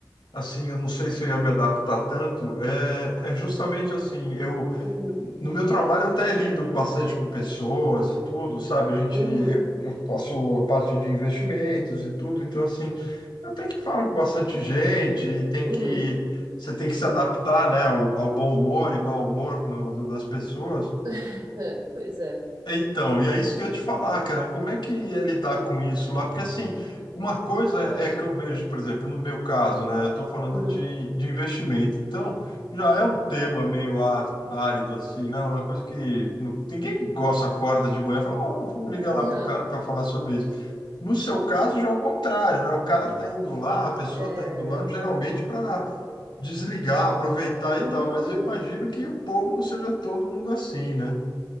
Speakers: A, on the left; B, on the right.
A: assim, eu não sei se eu ia me adaptar tanto, é, é justamente assim, eu
B: uhum,
A: no meu trabalho eu até lido bastante com pessoas e tudo, sabe? A gente
B: uhum,
A: eu, eu faço a parte de investimentos e tudo, então assim, eu tenho que falar com bastante gente e tem
B: uhum.
A: que você tem que se adaptar, né, ao, ao bom humor e mau humor no- do- das pessoas.
B: <laughs> Pois é.
A: Então, e é isso que eu ia te falar, cara. Como é que é lidar com isso lá? Porque, assim, uma coisa é que eu vejo, por exemplo, no meu caso, né? Eu estou falando
B: Uhum.
A: de, de investimento. Então, já é um tema meio á- árido, assim, né? Uma coisa que não- ninguém gosta, acorda de manhã e fala, oh, vou ligar lá
B: Aham.
A: para o cara para falar sobre isso. No seu caso, já é o contrário, né? O cara está indo lá, a pessoa
B: É.
A: está indo lá, geralmente para desligar, aproveitar
B: Uhum.
A: e tal. Mas eu imagino que o povo não seja todo mundo assim, né?